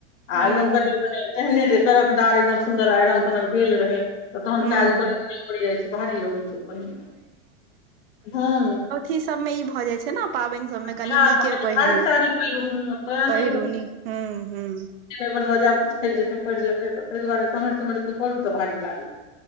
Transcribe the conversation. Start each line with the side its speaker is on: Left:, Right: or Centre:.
Left: आ
Right: हुँ
Left: एकदम कनिनी एहने जे कड़क दार एकदम सुंन्दर आइरन सनक भेल रहे त तहन
Right: हुँ
Left: काज करय
Right: हुँ
Left: ल नहि कर जाइ छै भाही लगै छै पहिने ह
Right: ी सब मे ई भए जाय छै ने पाबनि सबमे
Left: बिहारमे
Right: कनी नीके
Left: कनि
Right: पहिरू
Left: भारी साड़ी पहिरू हँ तैं
Right: पहिरू
Left: नहि
Right: नीक ह ह
Left: नहि बनबऽ जा आब किछु खेलि जेतै पड़ि जेतै ता दुआरे सम्ि समहर कऽ प करू तऽ भारी लागतै <inaudible>